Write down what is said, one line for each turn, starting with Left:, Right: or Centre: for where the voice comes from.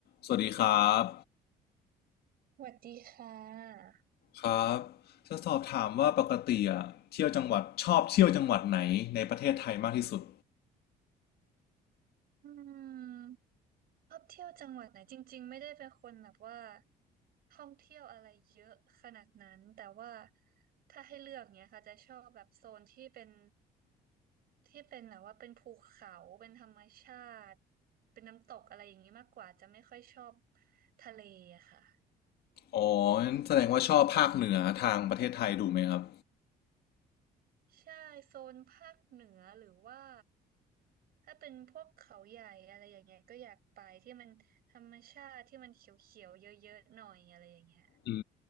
Left: สวัสดีครับ
Right: สวัสดีค่ะ
Left: ครับจะสอบถามว่าปกติอะเที่ยวจังหวัดชอบเที่ยวจังหวัดไหนในประเทศไทยมากที่สุด
Right: อืมชอบเที่ยวจังหวัดไหนจริงๆไม่ได้เป็นคนแบบว่าท่องเที่ยวอะไรเยอะขนาดนั้นแต่ว่าถ้าให้เลือกเนี้ยค่ะจะชอบแบบโซนที่เป็นที่เป็นแบบว่าเป็นภูเขาเป็นธรรมชาติเป็นน้ำตกอะไรอย่างนี้มากกว่าจะไม่ค่อยชอบทะเลอะค่ะ
Left: อ๋องั้นแสดงว่าชอบภาคเหนือทางประเทศไทยดูไหมครับ
Right: ใช่โซนภาคเหนือหรือว่าถ้าเป็นพวกเขาใหญ่อะไรอย่างเงี้ยก็อยากไปที่มันธรรมชาติที่มันเขียวๆเยอะๆหน่อยอะไรอย่างเงี้ย
Left: อื